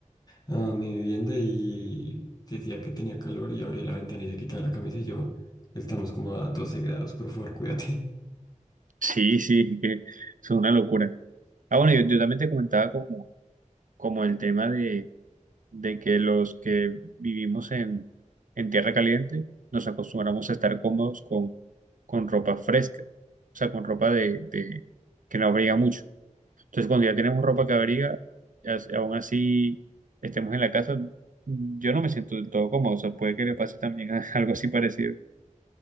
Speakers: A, on the left; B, on the right.
A: a mi vivienda y decía que tenía calor y abría la ventana y se quitaba la camisa y yo, estamos como a 12 grados, por favor, cuídate.
B: Sí, sí, que es una locura. Ah, bueno, yo, yo también te comentaba como, como el tema de de que los que vivimos en, en tierra caliente nos acostumbramos a estar cómodos con, con ropa fresca, o sea, con ropa de, de- que no abriga mucho. Entonces, cuando ya tenemos ropa que abriga, as- aún así estemos en la casa, yo no me siento del todo cómodo, o sea, puede que le pase también a- <laughs> algo así parecido.